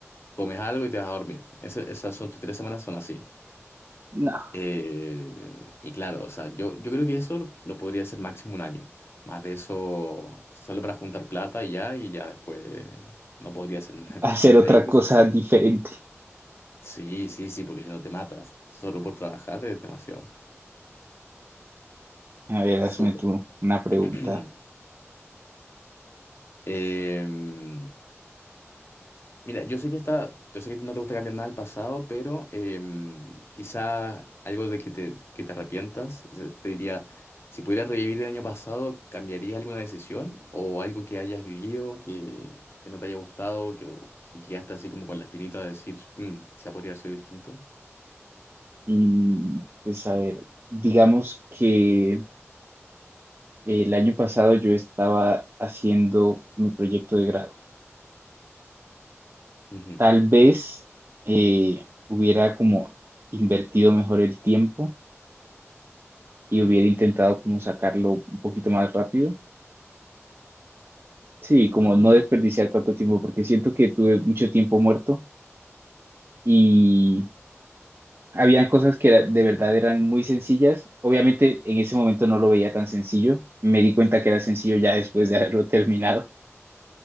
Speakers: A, on the left; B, on the right.
A: comes algo y te vas a dormir. Ese- esas son tus tres semanas, son así.
B: No.
A: Eh, y claro, o sea, yo, yo creo que eso lo, lo podría hacer máximo un año. Más de eso, solo para juntar plata y ya, y ya después no podría hacer <laughs> nada.
B: hacer
A: De
B: otra
A: ahí,
B: cosa diferente.
A: sí, sí, sí, porque si no te matas, solo por trabajar es demasiado.
B: A ver, hazme
A: Súper.
B: tú una pregunta.
A: Mm. Em, mira, yo sé que está, yo sé que no te gusta cambiar nada del pasado, pero em, quizá algo de que te, que te arrepientas. O sea, Te diría, si pudieras revivir el año pasado, ¿cambiarías alguna decisión o algo que hayas vivido que, que no te haya gustado, que, o que quedaste así como con la espinita de decir, "Mm, quizá podría haber sido distinto?
B: Mm, pues a ver, digamos que el año pasado yo estaba haciendo mi proyecto de grado.
A: Ujú,
B: Tal vez eh, hubiera como invertido mejor el tiempo y hubiera intentado como sacarlo un poquito más rápido. Sí, como no desperdiciar tanto tiempo, porque siento que tuve mucho tiempo muerto y Habían cosas que era- de verdad eran muy sencillas. Obviamente en ese momento no lo veía tan sencillo. Me di cuenta que era sencillo ya después de haberlo <laughs> terminado,